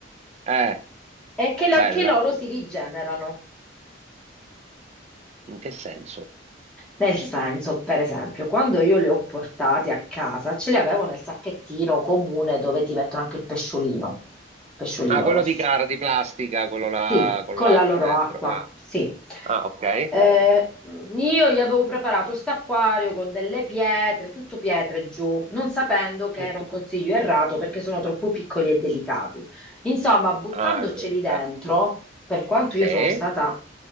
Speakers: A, on the right; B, in the centre.
A: Eh,
B: è che anche
A: bella.
B: loro si rigenerano.
A: In che senso?
B: Nel senso, per esempio, quando io le ho portate a casa, ce le avevo nel sacchettino comune dove ti mettono anche il pesciolino, pesciolino
A: Ah, quello
B: rosso.
A: di cara, di plastica, quello là
B: Sì,
A: con
B: con
A: l'acqua
B: la loro
A: dentro.
B: acqua,
A: Ah,
B: sì.
A: ah, ok.
B: Eh, io gli avevo preparato st'acquario con delle pietre, tutto pietre giù, non sapendo che
A: Tutto.
B: era un consiglio errato perché sono troppo piccoli e delicati. Insomma, buttandoceli
A: Ah, gioita.
B: dentro, per quanto
A: Sì,
B: io sono stata